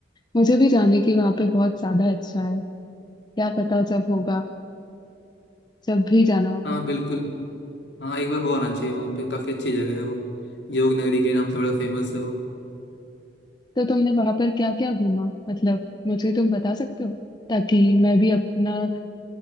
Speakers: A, on the left (about 25°); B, on the left (about 75°).
A: मुझे भी जाने की वहां पे बहुत ज्यादा इच्छा है क्या पता जब होगा जब भी जाना होगा
B: हाँ बिल्कुल हाँ एक बार हो आना चाहिए वहाँ पे काफी अच्छी जगह है वो योग नगरी के नाम से बड़ा फेमस है वो
A: तो तुमने वहां पर क्या क्या घूमा मतलब मुझे तुम बता सकते हो ताकि मैं भी अपना